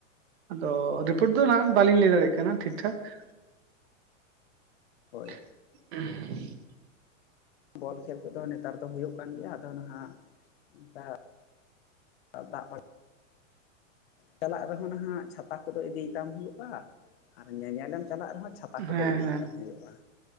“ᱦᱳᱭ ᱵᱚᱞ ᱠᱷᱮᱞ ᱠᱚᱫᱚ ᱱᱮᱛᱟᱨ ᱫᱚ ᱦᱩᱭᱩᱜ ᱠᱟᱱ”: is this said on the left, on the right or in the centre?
Left